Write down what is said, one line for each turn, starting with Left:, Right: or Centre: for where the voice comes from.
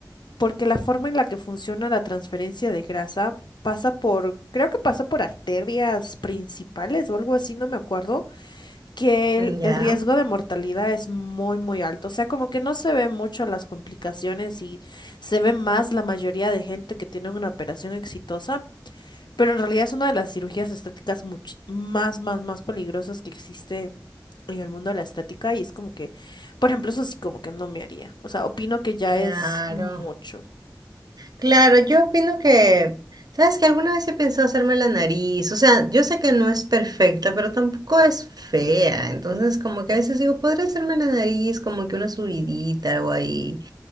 Left: porque la forma en la que funciona la transferencia de grasa pasa por, creo que pasa por arterias principales o algo así, no me acuerdo, que el,
Right: Ya,
Left: el riesgo de mortalidad es muy, muy alto. O sea, como que no se ven mucho las complicaciones y se ve más la mayoría de gente que tiene una operación exitosa Pero en realidad es una de las cirugías estéticas much- más, más, más peligrosas que existe en el mundo de la estética y es como que, por ejemplo, eso sí como que no me haría. O sea, opino que ya
Right: claro.
Left: es mucho.
Right: Claro, yo opino que, ¿sabes que Alguna vez he pensado hacerme la nariz, o sea, yo sé que no es perfecta, pero tampoco es fea, entonces como que a veces digo, podría hacerme la nariz como que una subidita, algo ahí.